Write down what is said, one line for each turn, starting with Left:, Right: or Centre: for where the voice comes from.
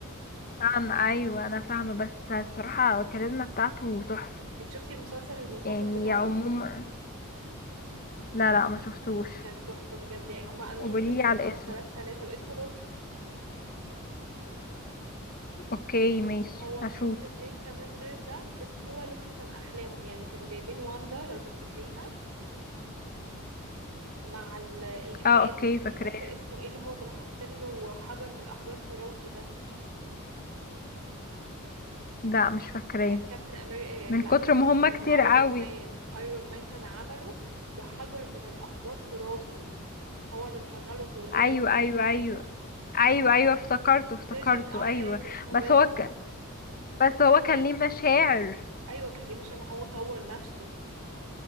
Left: عن ايوه انا فاهمة بس الصراحة الكاريزما بتاعته تحفة
Right: انت شفتي المسلسل المنفصل
Left: يعني
Right: بتاعه
Left: عموما لا لا ما شفتوش
Right: كان تحفة بجد يعني هما انا
Left: وبلي
Right: شفت من
Left: على
Right: المسلسلات
Left: الاسم
Right: ثلاثة واسمه لوكي
Left: اوكي ماشي
Right: هو انا
Left: هشوف
Right: شفت اتنين كمان غير ده بس هو لوكي كان احلاهم يعني كانوا جايبين واندا لو تفتكريها مع ال- الكائن
Left: اه اوكي فاكراه
Right: مش فاكرة اسمه ايه اللي هو كانوا حاطين له حجر من الاحجار في راسه ده
Left: لا مش فاكراه
Right: كان كابتن امريكا
Left: من
Right: لا
Left: كتر
Right: كاب
Left: ما هما كتير
Right: ايرون
Left: قوي
Right: مان ايرون مان كان عمله بحجر من الاحجار في راسه هو اللي مشغله هو روبوت
Left: ايوه
Right: مش
Left: ايوه
Right: بني
Left: ايوه
Right: آدم
Left: ايوه ايوه افتكرته افتكرته
Right: فيجن اه ايوه
Left: ايوه
Right: كان اسمه
Left: بس
Right: فيجن
Left: هو ك... بس هو كان ليه مشاعر
Right: ايوه كان ليه عشان ما هو طور نفسه